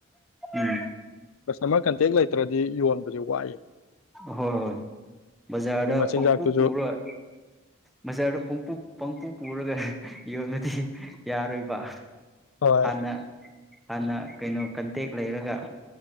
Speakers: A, in the centre; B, on the left.
A: ꯎꯝ
B: ꯀꯁꯇꯃꯔ ꯀꯟꯇꯦꯛ ꯂꯩꯇ꯭ꯔꯗꯤ ꯌꯣꯟꯕꯁ ꯋꯥꯏ
A: ꯍꯣꯏ ꯍꯣꯏ ꯕꯖꯥꯔꯗ
B: ꯃꯆꯤꯟꯖꯥꯛꯇꯨꯁꯨ
A: ꯄꯣꯡꯄ ꯄꯨꯔꯣꯏ ꯕꯖꯥꯔꯗ ꯄꯄ ꯄꯪꯄꯨ ꯄꯨꯔꯒ ꯌꯣꯟꯂꯗꯤ ꯌꯥꯔꯣꯏꯕ
B: ꯍꯣꯏ
A: ꯍꯥꯟꯅ ꯍꯥꯟꯅ ꯀꯩꯅꯣ ꯀꯟꯇꯦꯛ ꯂꯩꯔꯒ